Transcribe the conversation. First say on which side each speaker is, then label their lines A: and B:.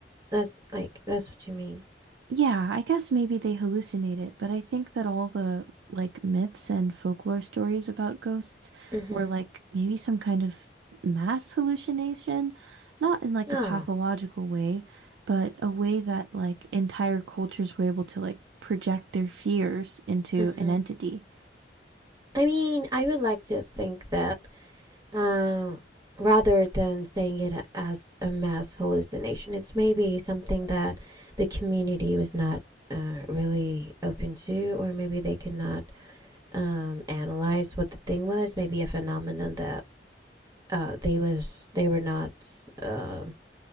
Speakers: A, on the right; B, on the right.
A: That's like that's what you mean.
B: Yeah, I guess maybe they hallucinate it, but I think that all the like myths and folklore stories about ghosts
A: Mm-hmm.
B: were like maybe some kind of mass hallucination, not in like
A: Oh.
B: a pathological way, but a way that like entire cultures were able to like project their fears into
A: Mm-hmm.
B: an entity.
A: I mean, I would like to think that Uh, rather than saying it as a mass hallucination, it's maybe something that the community was not uh, really open to, or maybe they could not um, analyze what the thing was. Maybe a phenomenon that uh, they was they were not uh,